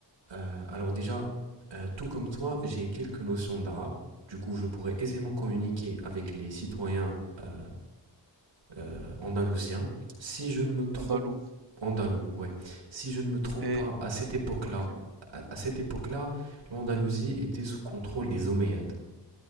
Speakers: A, on the right (about 80°); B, on the right (about 60°).
A: euh, Alors déjà, euh, tout comme toi, j'ai quelques notions d'arabe. Du coup, je pourrais aisément communiquer avec les citoyens euh, euh, andalousien. Si je ne me trompe,
B: Andalou.
A: andalou, ouais. Si je ne me trompe
B: Et,
A: pas, à cette époque-là,
B: ok.
A: à, à cette époque-là, l'Andalousie était sous contrôle des Omeyyades.